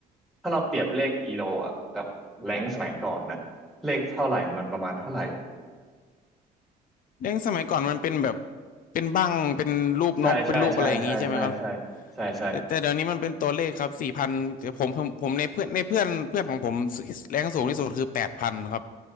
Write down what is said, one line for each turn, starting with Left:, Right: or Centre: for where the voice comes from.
Centre: ถ้าเราเปรียบเลขอีโลอ่ะกับแรงสมัยก่อนน่ะเลขเท่าไหร่มันประมาณเท่าไหร่อ่ะ
Left: เด้งสมัยก่อนมันเป็นแบบเป็นบั้งเป็นรูปนกเป็นรูปอะไรอย่างงี้ใช่ไหมครับ
Centre: ใช่ใช่ใช่ใช่ใช่ใช่ใช่ใช่
Left: แต่แต่เดี๋ยวนี้มันเป็นตัวเลขครับสี่พันแต่ผมผมผมในเพื่อนในเพื่อนเพื่อนของผมแรงสูงที่สุดคือแปดพันครับ